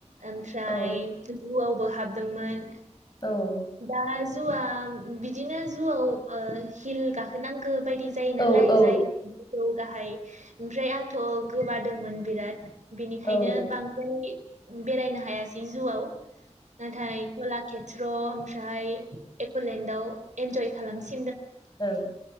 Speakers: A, on the right (about 85°); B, on the left (about 35°).
A: ओमफ्राय
B: औ
A: जुआव बो हाबदोंमोन।
B: औ
A: दा जुवा बिदिनो जुआव ओ हिल गाखोनांगो बायदि जायो नालाय
B: औ औ
A: जायगाफोरखौ गाहाय ओमफ्राय आंथ गोबादोंमोन बिराद बेनिखायनो
B: ओं
A: बांद्राय बेरायनो हायासै जुआव नाथाय गला केेथ्र ओमफ्राय एकलेण्डआव एन्जय खालामसि
B: ओं